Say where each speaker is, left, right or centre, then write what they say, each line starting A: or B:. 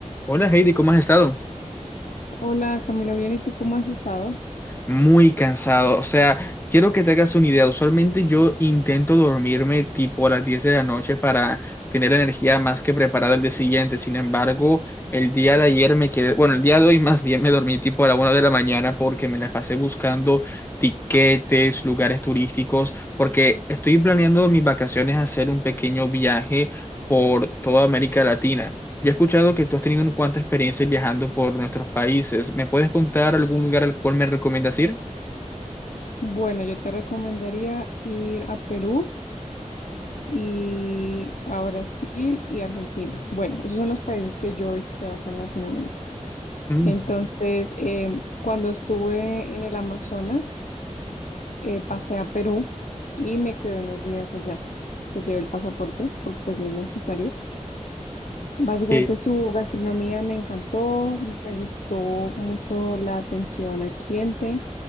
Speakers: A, on the left; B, on the left.
A: Hola Heidi, ¿cómo has estado?
B: Hola Camilo, bien, ¿y tú cómo has estado?
A: Muy cansado, o sea, quiero que te hagas una idea. Usualmente yo intento dormirme tipo a las 10 de la noche para tener energía más que preparada el día siguiente. Sin embargo, el día de ayer me quedé, bueno, el día de hoy más bien me dormí tipo a la una de la mañana porque me la pasé buscando tiquetes, lugares turísticos, porque estoy planeando mis vacaciones hacer un pequeño viaje por toda América Latina. Ya he escuchado que tú has tenido un cuanta experiencia viajando por nuestros países. ¿Me puedes contar algún lugar al cual me recomiendas ir?
B: Bueno, yo te recomendaría ir a Perú y a Brasil y Argentina. Bueno, esos son los países que yo he visitado acá en Latinoamérica.
A: Mm,
B: Entonces, em, cuando estuve en el Amazonas, eh, pasé a Perú y me quedé unos días allá. Pues llevé el pasaporte porque pues es necesario. Básicamente
A: que,
B: su gastronomía me encantó, me gustó mucho la atención al cliente